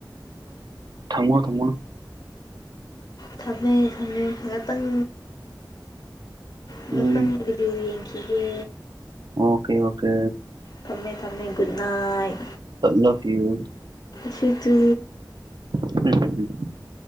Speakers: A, on the right; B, on the left.
A: ꯊꯃꯣ ꯊꯝꯃꯣ
B: ꯊꯝꯃꯦ ꯊꯝꯃꯦ ꯉꯥꯇꯪ ꯉꯥꯇꯪ
A: ꯎꯝ
B: ꯚꯤꯗꯤꯌꯣ ꯌꯦꯡꯈꯤꯒꯦ
A: ꯑꯣꯀꯦ ꯑꯣꯀꯦ
B: ꯊꯝꯃꯦ ꯊꯝꯃꯦ good night
A: love you
B: see you too
A: um